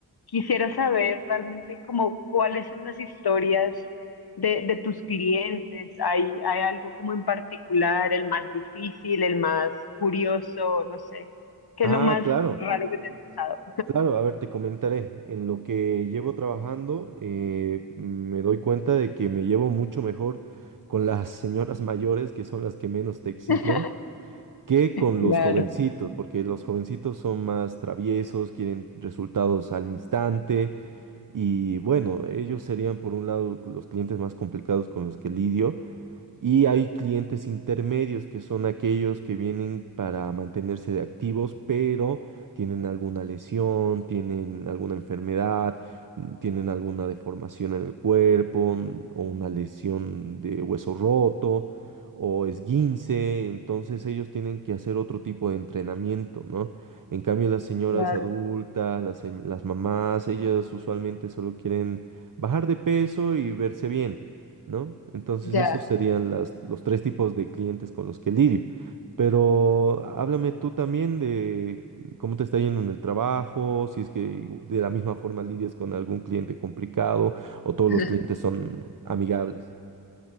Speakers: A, on the left (about 75°); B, on the right (about 55°).
A: Quisiera saber realmente como cuáles son las historias de, de tus clientes. ¿Hay, hay algo como en particular, el más difícil, el más curioso, no sé? ¿Qué
B: Ah,
A: es lo más
B: claro,
A: raro que te ha pasado?
B: claro. A ver, te comentaré. En lo que llevo trabajando, eh, me doy cuenta de que me llevo mucho mejor con las señoras mayores, que son las que menos te exigen.
A: <laughs>
B: que con
A: Claro,
B: los jovencitos, porque los jovencitos son más traviesos, quieren resultados al instante y bueno, ellos serían por un lado los clientes más complicados con los que lidio. Y hay clientes intermedios que son aquellos que vienen para mantenerse activos, pero tienen alguna lesión, tienen alguna enfermedad, mm, tienen alguna deformación en el cuerpo mm, o una lesión de hueso roto o esguince. Entonces ellos tienen que hacer otro tipo de entrenamiento, ¿no? En cambio, las señoras
A: claro,
B: adultas, las, se- las mamás, ellas usualmente solo quieren bajar de peso y verse bien. ¿no? Entonces
A: ya.
B: esos serían las, los tres tipos de clientes con los que lidio. Pero háblame tú también de cómo te está yendo en el trabajo, si es que de la misma forma lidias con algún cliente complicado o todos
A: <laughs>
B: los clientes son amigables.